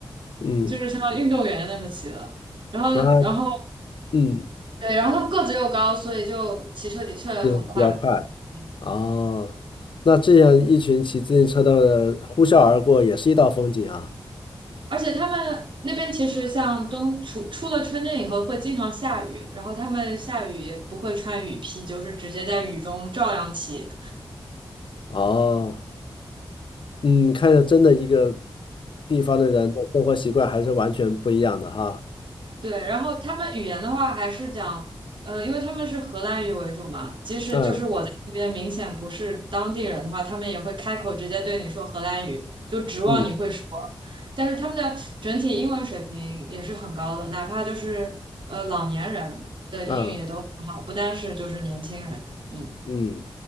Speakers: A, on the left (about 65°); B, on the right (about 65°).
A: 嗯，
B: 就是像运动员那么骑的。然后，
A: 那
B: 然后。
A: 嗯，
B: 对，然后他们个子又高，所以就骑车的确很快。
A: 这比较快。
B: 嗯，
A: 哦，那这样一群骑自行车的呼啸而过，也是一道风景啊。
B: 而且他们那边其实像冬出出了春天以后会经常下雨，然后他们下雨也不会穿雨披，就是直接在雨中照样骑。
A: 哦，嗯，看着真的一个地方的人的生活习惯还是完全不一样的哈。
B: 对，然后他们语言的话还是讲，呃，因为他们是荷兰语为主嘛，即使就是我在那边明显不是当地人的话，
A: 嗯
B: 他们也会开口直接对你说荷兰语，就指望你会说。
A: 嗯
B: 但是他们的整体英文水平也是很高的，哪怕就是呃老年人的英语也都很好，
A: 嗯
B: 不单是就是年轻人，嗯，
A: 嗯，